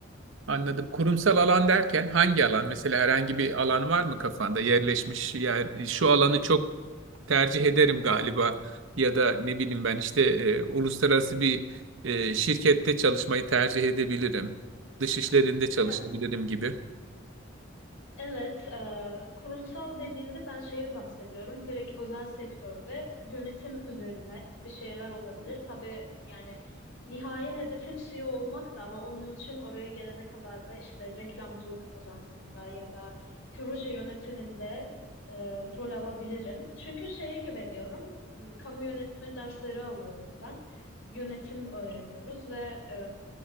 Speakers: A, on the right; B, on the left.
A: Anladım. Kurumsal alan derken hangi alan? Mesela herhangi bir alan var mı kafanda yerleşmiş? Yani şu alanı çok tercih ederim galiba ya da ne bileyim ben işte e, uluslararası bir e, şirkette çalışmayı tercih edebilirim. Dış işlerinde çalışabilirim
B: Ya
A: gibi.
B: Evet, e, kurumsal dediğimde ben şeyi bahsediyorum. Direkt özel sektörde yönetim üzerine bir şeyler olabilir. Tabii yani nihai hedefim CEO olmak da ama onun için oraya gelene kadar da işte reklamcılık ajansında ya da proje yönetiminde e, rol alabilirim. Çünkü şeye güveniyorum. m, Kamu yönetimi dersleri alıyorum ben. Yönetim öğreniyoruz ve e,